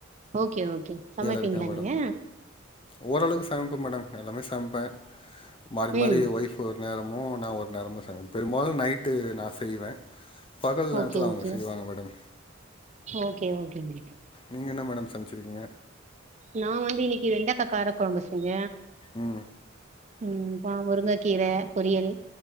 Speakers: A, on the right; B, on the left.
A: ஓகே ஓகேங் சமைப்பீங்களா
B: இருக்கே மேடம்
A: நீங்க
B: ஓரளவுக்கு சமைப்பே மேடம் எல்லாமே சமைப்பே மாறி
A: ம்
B: மாறி ஏ ஒய்ஃப் ஒரு நேரமோ நா ஒரு நேரமோ செய்வ பெரும்பாலு நைட்டு நா செய்வ பகல் நேரத்துல
A: ஓகே
B: அவங்க
A: ஓகே
B: செய்வாங்க மேடம்
A: ஓகே ஓகேங்க
B: நீங்க என்ன மேடம் சமைச்சிருக்கீங்க
A: நா வந்து இன்னிக்கு வெண்டக்கா கார கொழம்பு செஞ்ச
B: ம்
A: ம் இப்ப முருங்கக்கீர பொரியல்